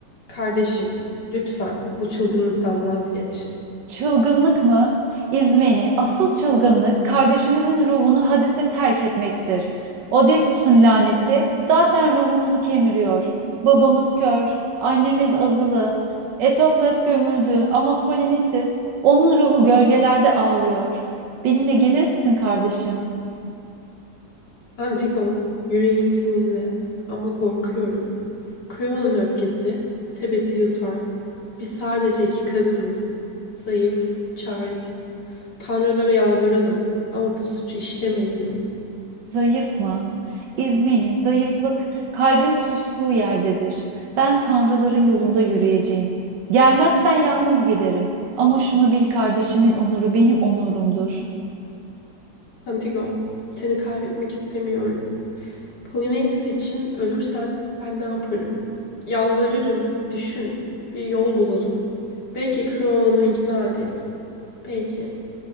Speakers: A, on the left (about 65°); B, on the right (about 70°).
A: Kardeşim, lütfen bu çılgınlıktan vazgeç.
B: Çılgınlık mı? İzmeni, asıl çılgınlık kardeşimizin ruhunu hadise terk etmektir. Oedipus'un laneti zaten ruhumuzu kemiriyor. Babamız kör, annemiz azılı. Etokles gömüldü ama Polinisis, onun ruhu gölgelerde ağlıyor. Benimle gelir misin kardeşim?
A: Antigon, yüreğim seninle ama korkuyorum. Kreon'un öfkesi, Tebes'i yutar. Biz sadece iki kadınız. Zayıf, çaresiz. Tanrılara yalvaralım ama bu suçu işlemeyelim.
B: Zayıf mı? İzmini, zayıflık, kalbin sustuğu yerdedir. Ben tanrıların yolunda yürüyeceğim. Gelmezsen yalnız giderim. Ama şunu bil kardeşimin onuru benim onurumdur.
A: Antigon, seni kaybetmek istemiyorum. Polonezsiz için ölürsen ben ne yaparım? Yalvarırım, düşün. Bir yol bulalım. Belki Kreon'u ikna ederiz. Belki.